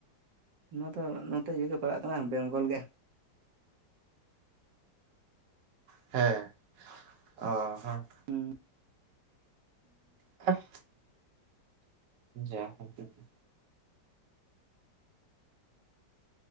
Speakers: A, on the right (about 80°); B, on the right (about 55°).
A: ᱚᱱᱟ ᱫᱚ ᱱᱚᱛᱮ ᱤᱭᱟᱹ ᱜᱮ ᱯᱟᱲᱟᱜ ᱠᱟᱱᱟ ᱵᱮᱝᱜᱚᱞ ᱜᱮ᱾
B: ᱦᱮᱸ ᱚᱸ ᱦᱚᱸ
A: ᱦᱮᱸ
B: ᱵᱟᱝ ᱟᱸᱡᱚᱢ ᱴᱷᱤᱠᱟᱹᱜ ᱠᱟᱱᱟ